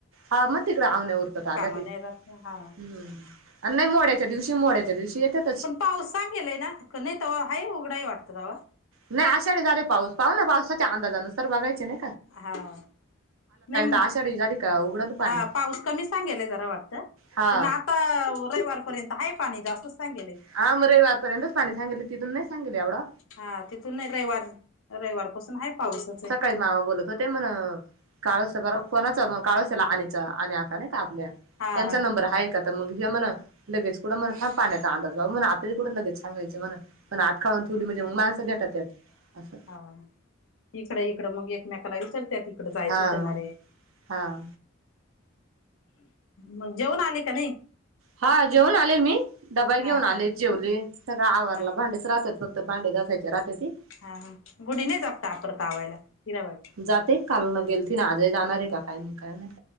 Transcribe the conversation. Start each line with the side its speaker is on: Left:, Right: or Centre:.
Right: हा मग तिकडे आवण्या उरकत आल्यात
Left: नाही
Right: हं.
Left: राहत हा
Right: नाही मोड्याच्या दिवशी- मोड्याच्या दिवशी येतात.
Left: पण पाऊस सांगेलाय ना? की नाही तवा हाय उघडा आहे वाटतं तवा.
Right: नाही आषाढी झाली व पाऊस पाहुं ना पावसाच्या अंदाजा नुसार र बघायचे ना
Left: हाव. नाही!
Right: आषाढी झाली का उघडल पाणी
Left: हां पाऊस कमी सांगेलय जरा वाटतं.
Right: हा
Left: पण आता रविवारपर्यंत आहे पाणी जास्तच सांगेले आहे.
Right: हां म रवेवर पर्यंतच पाणी सांगे लती तूले नाही सांगेली एवढं.
Left: हा तिथून नाही रविवार रविवारपासून हाय पावसच हे.
Right: सकाळी मामा बोलत होते म्हण काळस बर कोणाचा काळसला अनिचा अनि आका नाही का आपल्या
Left: हा
Right: त्यांचा
Left: हा
Right: नंबर आहे का तर मग हे म्हणा लगेच कुडं मग थांब पाण्यात चांद बाबा म्हणा आपल्याला कुठं लगेच सांगायच म्हणा पण आठकाळून ठेवली म्हणजे मग माणसं भेटत्यात असं
Left: हां हां इकडं इकडं मग एकमेकाला विचारतेत इकडं जायचं
Right: हा
Left: होतं ना रे
Right: हा
Left: मग जेवून आली की नाही?
Right: हां. जेऊन आले मी, डबा
Left: हा
Right: घेऊन
Left: हा
Right: आले जेवले सगळं आवरल.
Left: हा
Right: भांडेच राहतात फक्त तर भांडे घासायची राहत्याती.
Left: हा हा गुढी नाही जापत आपर तावायला हिराबाई.
Right: जाते काल न गेलती ना आज जाणार आहे. काय मग काय माहीत?